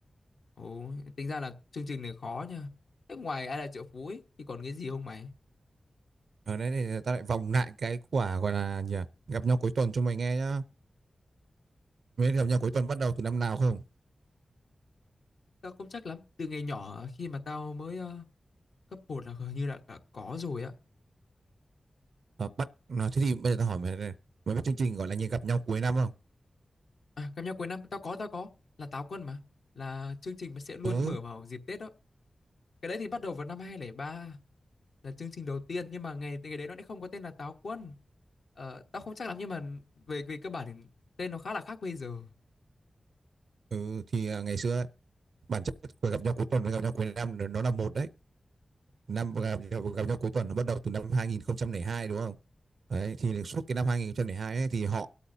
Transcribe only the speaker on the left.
ồ, tính ra là chương trình này khó nha. Thế ngoài ai là triệu phú ấy, thì còn cái gì không mày?
Tao không chắc lắm. Từ ngày nhỏ khi mà tao mới ờ, cấp 1 là hình như là đã có rồi á.
À, cảm giác cuối năm tao có tao có là táo quân mà là chương trình mà sẽ luôn
mở vào dịp Tết đó. Cái đấy thì bắt đầu vào năm 2003 là chương trình đầu tiên nhưng mà ngày ngày đấy nó lại không có tên là Táo Quân. Ờ, tao không chắc lắm nhưng mà về về cơ bản thì tên nó khá là khác bây giờ.